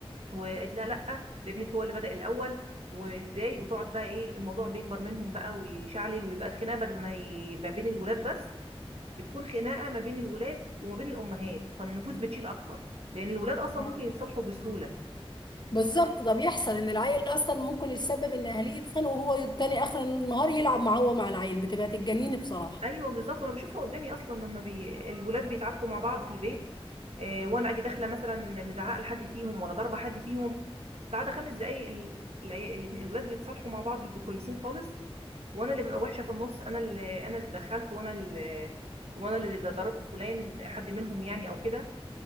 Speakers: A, on the right; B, on the left.
A: وقالت لها لا ده ابنك هو اللي بدأ الاول وازاي وتقعد بقى ايه الموضوع بيكبر منهم بقى ويشعلل ويبقى الخناقه بدل ما هي ما بين الولاد بس بتكون خناقه ما بين الولاد وما بين الامهات فالنفوس بتشيل اكتر لان الولاد اصلا
B: ما-
A: ممكن يتصالحوا بسهوله
B: بالظبط ده بيحصل ان العيل اصلا ممكن يتسبب ان اهليه يتخانقوا وهو تاني اخر النهار يلعب مع هو مع العيل بتبقى تتجنني بصراحة
A: ايوه بالظبط وانا بشوفها قدامي اصلا لما بي... الولاد بيتعاركوا مع بعض في البيت آه، وانا اجي داخله مثلا مزعقه لحد فيهم ولا ضاربه حد فيهم بعد خمس دقائق ال... العي- الاتنين- الولاد بيتصالحوا مع بعض بيبقوا كويسين خالص وانا اللي ببقى وحشه في النص انا اللي انا اللي اتدخلت وانا اللي وانا اللي ضربت فلان حد منهم يعني او كده